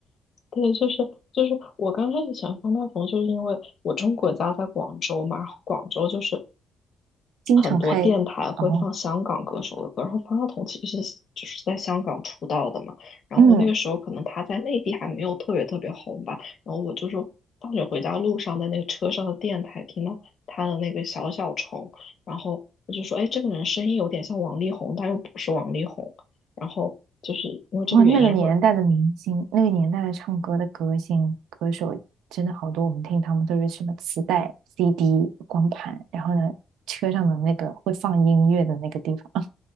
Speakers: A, on the left; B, on the right.
A: 对，就是就是我刚开始喜欢方大同，就是因为我中国家在广州嘛，然后广州就是
B: 经常开，
A: 很多电台会放香港歌手的歌，
B: 哦，
A: 然后方大同其实是就是在香港出道的嘛，然后那个时候可能他在内地还没有特别特别红吧，
B: 嗯，
A: 然后我就说放学回家路上在那个车上的电台听到他的那个小小虫，然后我就说，哎，这个人声音有点像王力宏，但又不是王力宏，然后就是因为这个原因，
B: 哇，那个年代的明星，
A: 然后
B: 那个年代的唱歌的歌星歌手，真的好多。我们听他们都是什么磁带、CD、光盘，然后呢，车上的那个会放音乐的那个地方。